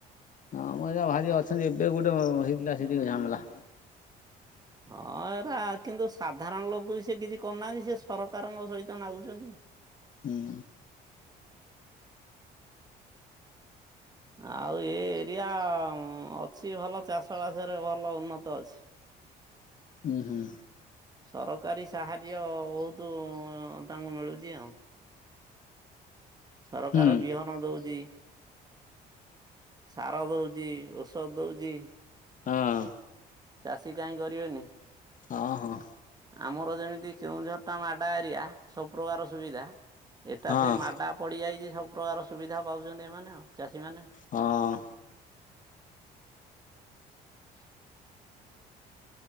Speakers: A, on the left; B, on the right.
A: ହଁ ମୁର ଏା ଭାରି ଅଛନ୍ତି ଏବେ ଗୋଟେ ହେଇଥିଲା ସେ ଟିକେ ଝାମଲା
B: ହଁ ଏରା କିନ୍ତୁ ସାଧାରଣ ଲୋକ ସେ କିଛି କରୁନାହାନ୍ତି ସେ ସରକାରଙ୍କ ସହିତ ନାଗୁଛନ୍ତି
A: ହୁଁ
B: ଆଉ ଏ ଏରିଆ ଅଛି ଭଲ ଚାଷବାସରେ ଭଲ ଉନ୍ନତ ଅଛି
A: ହୁଁ ହୁଁ
B: ସରକାରୀ ସାହାଯ୍ୟ ବହୁତ ତାଙ୍କୁ ମିଳୁଛି ଆଉ ସରକାର
A: ହୁଁ
B: ବିହନ ଦଉଛି ସାର ଦଉଛି ଔଷଧ ଦଉଛି
A: ହଁ
B: ଚାଷୀ କାହିଁ କରିବେନି
A: ହଁ ହଁ
B: ଆମର ଯେମିତି କେଉଝରଟା ମାଡା ଏରିଆ ସବୁ ପ୍ର୍ରକାର ସୁବିଧା ଏଟା
A: ହଁ।
B: ସେ ମାଡା ପଡିଯାଇଛି ସବୁ ପ୍ରକାର ସୁବିଧା ପାଉଛନ୍ତି ଏମାନେ ଆଉ ଚାଷୀମାନେ।
A: ହଁ
B: <inaudible>